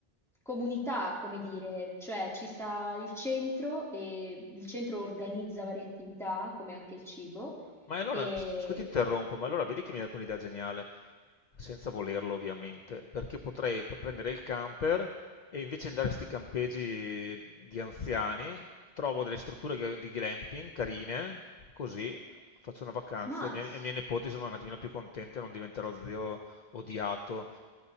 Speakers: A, in the centre; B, on the left.
A: comunità, come dire, cioè ci sta il centro e il centro organizza varie attività, come anche il cibo,
B: Ma e allora,
A: e,
B: s- scusa ti interrompo, ma allora vedi che mi hai dato un'idea geniale, senza volerlo ovviamente, perché potrei pr- prendere il camper e invece di andare a questi campeggi di anziani, trovo delle strutture che- di glamping carine, così faccio una vacanza
A: ma
B: e i miei,
A: s-
B: e i miei nipoti sono un attimino più contenti e non diventerò zio odiato.